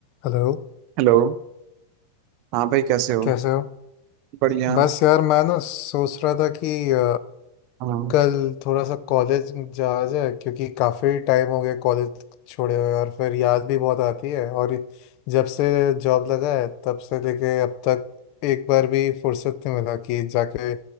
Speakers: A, on the left (about 45°); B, on the right (about 45°).
A: Hello
B: Hello हाँ भाई कैसे हो
A: कैसे हो
B: बढ़िया
A: बस यार मैं ना सोच रहा था कि अ,
B: हाँ
A: कल थोड़ा सा कॉलेज जाया जाए क्योंकि काफ़ी टाइम हो गया कॉलेज छोड़े हुए और फिर याद भी बहुत आती है और जब से जॉब लगा है तब से लेके अब तक एक बार भी फुर्सत नहीं मिला कि जाके